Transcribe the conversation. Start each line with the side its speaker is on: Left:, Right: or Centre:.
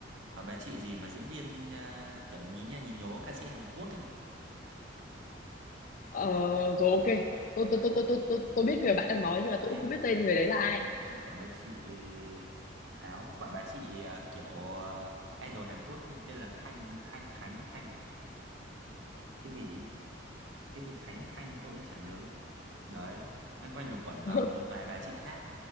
Right: quả bà chị gì mà diễn viên à, kiểu nhí nha nhí nhố ca sĩ Hàn Quốc ấy nhỉ?
Left: ờ,
Right: Tôi không
Left: rồi ok. Tôi tôi
Right: đấy.
Left: tôi tôi tôi tôi tôi biết người bạn đang nói nhưng
Right: Đấy,
Left: mà tôi cũng không biết tên người đấy là ai.
Right: với lại quả bà chị Pháo, quả bà chị à, kiểu à, idol Hàn Quốc thì tên là Khanh Khanh Khánh hay Khanh à? cái gì ấy nhỉ? cái gì Khánh hay Khanh tôi cũng chả nhớ đấy loanh quanh lục quận và
Left: <laughs>
Right: một vài bà chị khác